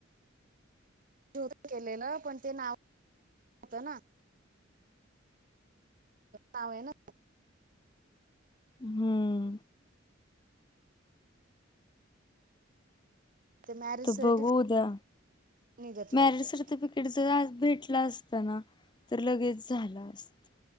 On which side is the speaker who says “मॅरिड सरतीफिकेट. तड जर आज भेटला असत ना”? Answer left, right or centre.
Left